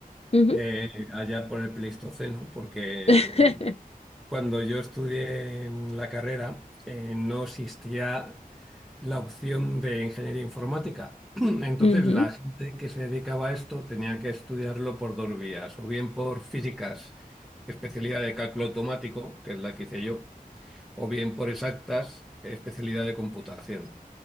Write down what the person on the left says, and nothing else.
Ujú.
<laughs>
Ujú,